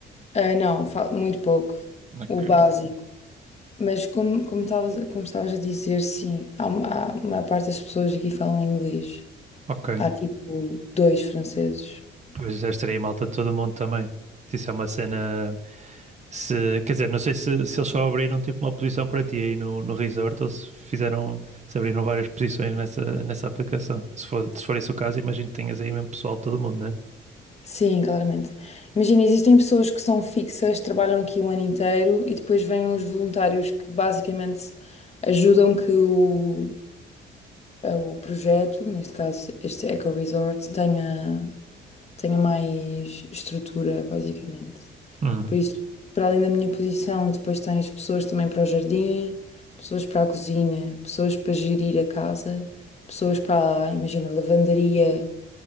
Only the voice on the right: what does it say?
Ok,
ok.
Ok.
Pois já estaria malta de todo mundo também. Isso é uma cena. Se, quer dizer, não sei se, se eles só abriram tipo uma posição para ti aí no, no resort ou se fizeram, se abriram várias posições nessa, nessa aplicação. Se for, se for esse o caso, imagino que tenhas aí mesmo pessoal de todo mundo, né?
Uhum.